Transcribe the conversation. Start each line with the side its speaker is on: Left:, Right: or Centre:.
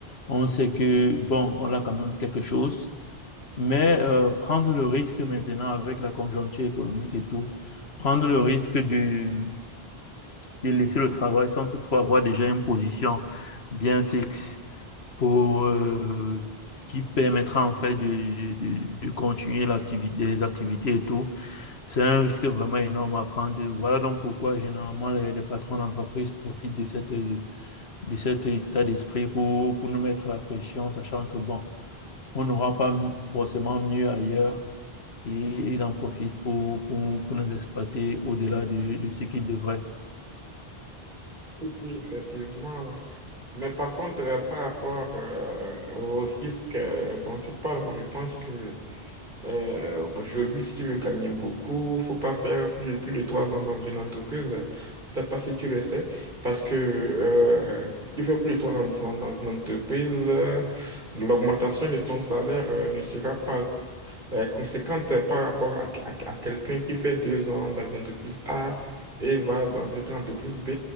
Left: on sait que, bon, on a quand même quelque chose, mais euh, prendre le risque maintenant avec la conjoncture économique et tout, prendre le risque de, de laisser le travail sans toutefois avoir déjà une position bien fixe pour, euh, qui permettra en fait de, de, de, continuer l'activité, les activités et tout. C'est un risque vraiment énorme à prendre. Voilà donc pourquoi généralement les, les patrons d'entreprise profitent de, cette, de cet état d'esprit pour, pour nous mettre la pression, sachant que bon, on n'aura pas forcément mieux ailleurs et ils en profitent pour, pour, pour nous exploiter au-delà de, de ce qu'ils devraient.
Right: Oui, effectivement. Mais par contre, euh, par rapport euh, au risque euh, dont tu parles, moi je pense que euh, aujourd'hui, si tu veux gagner beaucoup, faut pas faire plus, plus de trois ans dans une entreprise. Je sais pas si tu le sais, parce que euh, si tu fais plus de trois ans dans une entreprise, euh, l'augmentation de ton salaire euh, ne sera pas euh, conséquente par rapport à, à- à quelqu'un qui fait deux ans dans une entreprise A et va dans une autre entreprise B.